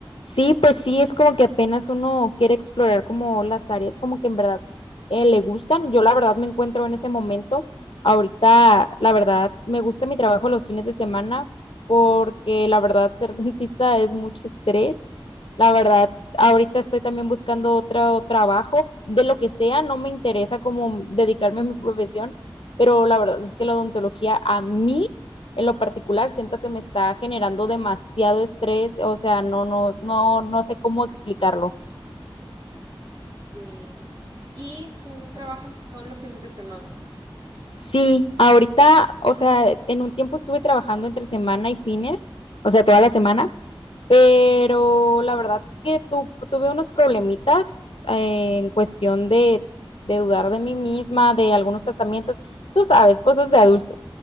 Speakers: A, on the left; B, on the right.
A: Sí, pues sí, es como que apenas uno quiere explorar como las áreas como que en verdad eh, le gustan. Yo la verdad me encuentro en ese momento. Ahorita, la verdad, me gusta mi trabajo los fines de semana porque la verdad ser <laughs> dentista es mucho estrés. La verdad, ahorita estoy también buscando otro trabajo de lo que sea. No me interesa como dedicarme a mi profesión, pero la verdad es que la odontología a mí en lo particular siento que me está generando demasiado estrés, o sea, no, no, no, no sé cómo explicarlo.
B: Sí. Y tú trabajas son los fines de semana.
A: Sí, ahorita, o sea, en un tiempo estuve trabajando entre semana y fines, o sea,
B: Ujú.
A: toda la semana, pero la verdad es que tu- tuve unos problemitas eh, en cuestión de, de dudar de mí misma, de algunos tratamientos, tú sabes, cosas de adultos.